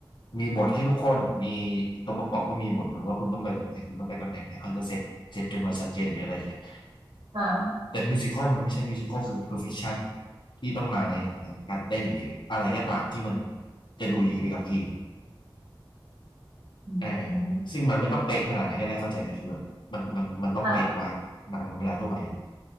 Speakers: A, on the left; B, on the right.
A: มีบทให้ทุกคนมีตัวประกอบก็มีบทเหมือนว่าคุณต้องไปตรงไหนคุณต้องไปตำแหน่งไหนเขาจะเซตเซตกันไว้ชัดเจนหรืออะไรอย่างเงี้ย
B: อ่า
A: แต่มิวสิคอลมันไม่ใช่มิวสิคอลคือ perfection ที่ต้องมาในฐานะการเต้นหรืออะไรก็ตามที่มันจะดูดีไปกับเพลง
B: อื
A: เออ
B: ม
A: ซึ่งมันไม่ต้องเป๊ะขนาดนั้นก็ได้เข้าใจแต่คือแบบมันมันมันต้องเป๊ะกว่าหนังธรรมดาทั่วไปอยู่
B: อ่ะ